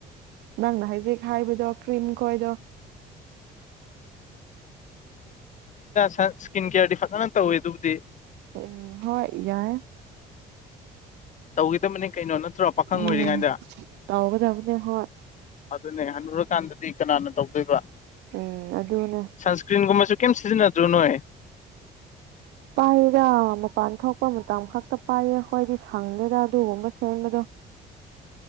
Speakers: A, on the right (about 85°); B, on the left (about 45°).
A: ꯅꯪꯅ ꯍꯥꯏꯖꯤꯛ ꯍꯥꯏꯕꯗꯣ ꯀ꯭ꯔꯤꯝ ꯈꯣꯏꯗꯣ
B: ꯁꯟ ꯁꯀꯤꯟ ꯀꯦꯌꯥꯔꯗꯤ ꯐꯖꯅ ꯇꯧꯋꯤ ꯑꯗꯨꯕꯨꯗꯤ
A: ꯎꯝ ꯍꯣꯏ ꯌꯥꯏ
B: ꯇꯧꯒꯤꯗꯕꯅꯤ ꯀꯩꯅꯣ ꯅꯠꯇ꯭ꯔꯣ ꯄꯥꯈꯪ
A: ꯎꯝ
B: ꯑꯣꯏꯔꯤꯉꯥꯏꯗ
A: ꯇꯧꯒꯗꯕꯅꯦ ꯍꯣꯏ
B: ꯑꯗꯨꯅꯦ ꯍꯟꯅꯨꯔꯀꯥꯟꯗ ꯗꯤ ꯀꯅꯥꯅ ꯇꯧꯗꯣꯏꯕ
A: ꯎꯝ ꯑꯗꯨꯅꯦ
B: ꯁꯟꯁꯀ꯭ꯔꯤꯟꯒꯨꯝꯕꯁꯦ ꯀꯩꯝ ꯁꯤꯖꯤꯟꯅꯗ꯭ꯔꯣ ꯅꯣꯏ
A: ꯄꯥꯏꯔ ꯃꯄꯥꯟ ꯊꯣꯛꯄ ꯃꯇꯝ ꯈꯛꯇ ꯄꯥꯏꯌꯦ ꯑꯩꯈꯣꯏꯗꯤ ꯁꯪꯗꯦꯗ ꯑꯗꯨꯒꯨꯝꯕ ꯁꯦꯝꯕꯗꯣ